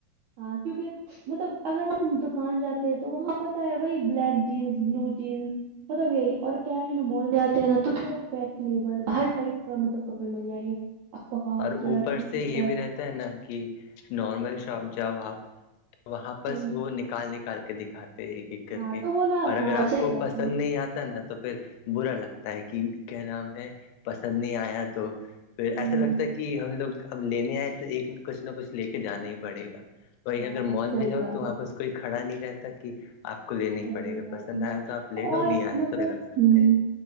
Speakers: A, on the right (about 75°); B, on the left (about 90°).
A: ہاں کیونکہ مطلب اگر ہم دکان جاتے ہیں تو وہاں پتہ ہے وہی بلیک جینس بلو جینس مطلب یہی اور کیا ہے نا مال جاتے ہیں نا تو تھوڑا فیشنیبل ہر ٹائپ کا مطلب کپڑے مل جائیں گے آپ کو ہاف
B: اور
A: شرٹ
B: اوپر
A: تین
B: سے یہ
A: شرٹ
B: بھی رہتا نا کہ نارمل شاپ جاؤ آپ وہاں پرس
A: ہوں
B: وہ نکال نکال کے دکھاتے ایک ایک کر
A: ہاں
B: کے
A: تو وہ نا
B: اور اگر
A: ہاں
B: آپ
A: صحیح
B: کو
A: بات
B: پسند
A: ہے
B: نہیں آتا نا تو پھر برا لگتا ہے کہ کیا نام ہے پسند نہیں آیا تو پھر
A: ہوں
B: ایسا لگتا ہے کہ ہم لوگ اب لینے آئے تو ایک کچھ نہ کچھ لے کے جانا ہی پڑے گا وہی
A: ہاں
B: اگر مال
A: صحیح
B: میں جاؤ
A: بات
B: تو وہاں
A: ہے
B: پس کوئی کھڑا نہیں رہتا کہ آپ کو لین ہی
A: صحیح
B: پڑے گا پسند
A: بات ہے
B: آیا تو آپ لے لو
A: اور
B: نہیں آئے
A: مطلب
B: تو رکھ سکتے
A: ہوں
B: ہیں